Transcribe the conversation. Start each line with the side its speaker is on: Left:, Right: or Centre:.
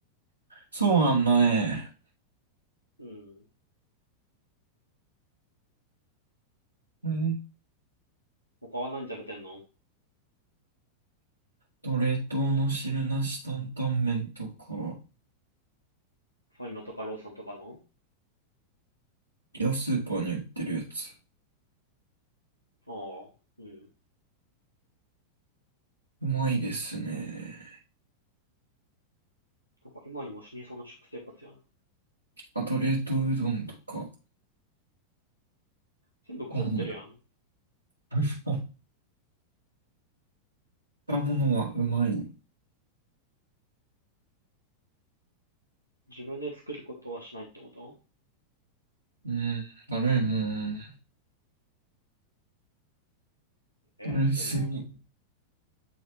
Right: そうなんだね。
Left: うん。
Right: え
Left: 他は何食べてんの
Right: と、冷凍の汁なし担々麺とか、
Left: ファミマとかローソンとかの
Right: いや、スーパーに売ってるやつ。
Left: ああ、うん。
Right: うまいですね。
Left: なんか今にも死にそうな食生活やな。
Right: あと、冷凍うどんとか、
Left: 全部凍ってるやん。
Right: あの、<laughs> 買ったものはうまい。
Left: 自分で作ることはしないってこと
Right: うん、だるいもん。
Left: えーでもなんか
Right: だるすぎ。